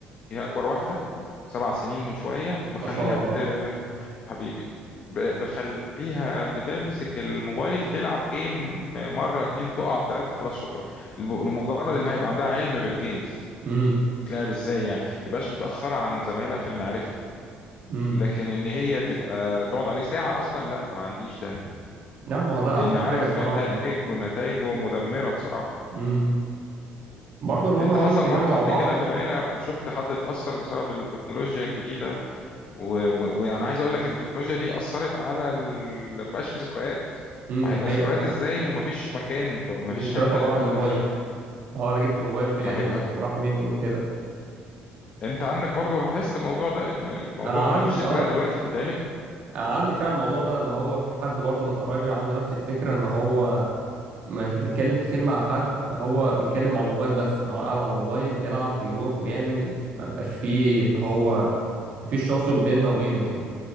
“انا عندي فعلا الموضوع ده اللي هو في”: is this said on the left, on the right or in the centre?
Right